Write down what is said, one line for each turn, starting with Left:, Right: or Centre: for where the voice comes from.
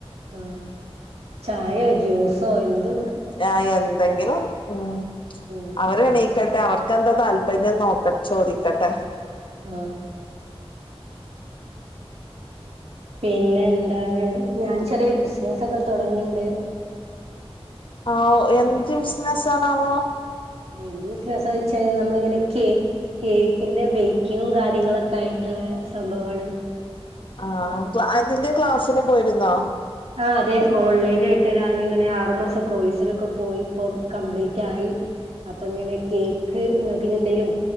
Right: ആ ചായോ ജ്യൂസോ എന്തുണ്ടാ
Left: ആ എന്തെങ്കിലും ഉം
Right: ഉം
Left: അവരെണീക്കട്ടെ
Right: ഉം
Left: അവർക്കെന്താ താൽപര്യം നോക്ക ചോദിക്കട്ടെ
Right: ആ പിന്നെ എന്താണ് ഞാൻ ചെറിയൊരു ബിസ്നസ്സൊക്കെ തൊടങ്ങണ്ട്.
Left: ആവോ എന്ത് ബിസ്നസാണാവോ
Right: എന്തു ബിസിനസാ ചോയിച്ചാല് നമ്മളിങ്ങനെ കേ കേക്കിന്റെ ബേയ്ക്കിങ്ങും കാര്യങ്ങളൊക്കായിട്ടുള്ള സംഭവാണ്.
Left: ആ
Right: ഏഹ്
Left: അപ്പ അതിന്റെ ക്ലാസിന് പോയിരുന്നോ
Right: ആ അതെ ഓൺലൈനായിട്ട് ഞാനിങ്ങനെ ആറുമാസം കോഴ്സിനൊക്കെ പോയിപ്പം കംപ്ലീറ്റായി അപ്പൊഇങ്ങനെ കേക്ക് എന്തേലും